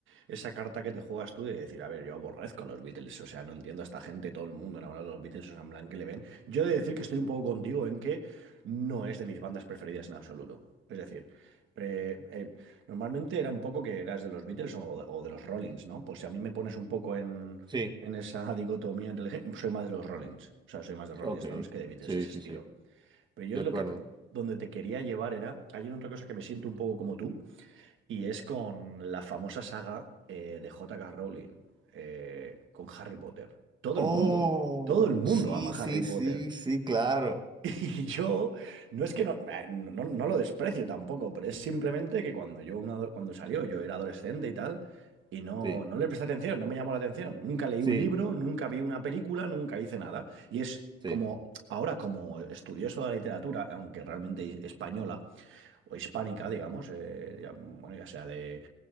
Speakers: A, on the right (about 80°); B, on the right (about 20°).
A: esa carta que te juegas tú de decir, a ver, yo aborrezco a los Beatles, o sea, no entiendo a esta gente, todo el mundo enamorado de los Beatles, o sea, en plan que le ven. Yo he de decir que estoy un poco contigo en que no es de mis bandas preferidas en absoluto. Es decir, eh, eh, normalmente era un poco que eras de los Beatles o, de o de los Rollins, ¿no? Pues si a mí me pones un poco en,
B: Sí.
A: en esa <laughs> dicotomía entre el gé- soy más de los Rollins, o sea, soy más de Rolling
B: Ok,
A: Stones que de Beatles,
B: sí,
A: ese
B: sí,
A: estilo.
B: sí,
A: Pero yo
B: de
A: lo
B: acuerdo.
A: que donde te quería llevar era, hay otra cosa que me siento un poco como tú, y es con la famosa saga eh, de J.K. Rowling, eh, con Harry Potter. Todo
B: Oh,
A: el mundo, todo el mundo
B: sí,
A: ama Harry
B: sí,
A: Potter.
B: sí, sí, claro.
A: <laughs> Y yo, no es que no, eh, no, no lo desprecio tampoco, pero es simplemente que cuando yo una, cuando salió, yo era adolescente y tal, y no,
B: Sí,
A: no le presté atención, no me llamó la atención. Nunca leí
B: sí,
A: un libro, nunca vi una película, nunca hice nada. Y es
B: sí.
A: como, ahora como estudioso de la literatura, aunque realmente española o hispánica, digamos, eh, ya- bueno, ya sea de,